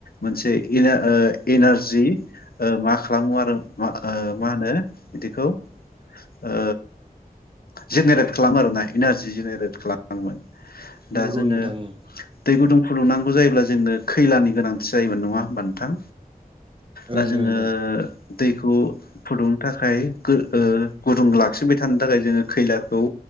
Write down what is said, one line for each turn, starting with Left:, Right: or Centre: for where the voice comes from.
Left: मोनसे ओ इनारजि ओ मा खालामो आरो ओ मा होनो बिदिखौ ओ जेनेरेट खालामो आरोना इनारजि जेनेरेट खालामोमोन दा
Right: नंगौ
Left: जोङो
Right: नोंथां ओं
Left: दै गुदुं फुदुंनांगौ जायोब्ला जोंनो खैलानि गोनां सै जायोमोना नंआ होमबा नोंथां दा
Right: ओं
Left: जोङो
Right: ओं
Left: दैखौ फुदुंनो थाखाय ओ गुदुं लाखिनबाय थानो थाखाय जोङो खैलाखौ